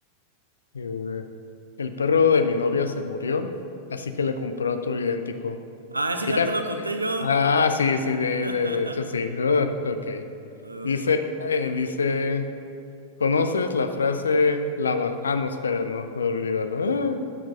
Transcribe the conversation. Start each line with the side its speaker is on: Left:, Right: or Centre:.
Left: Eh, El perro de mi novia se murió, así que le compré otro idéntico.
Right: Ah, ese
Left: Ella,
Right: ya te lo conté yo.
Left: ah, sí, sí, de,
Right: <laughs> A
Left: de, de hecho sí. Ah, ok.
Right: ver otro.
Left: Dice, eh, dice, ¿conoces la frase lava? Ah, no, espera, no, olvídalo. Ah,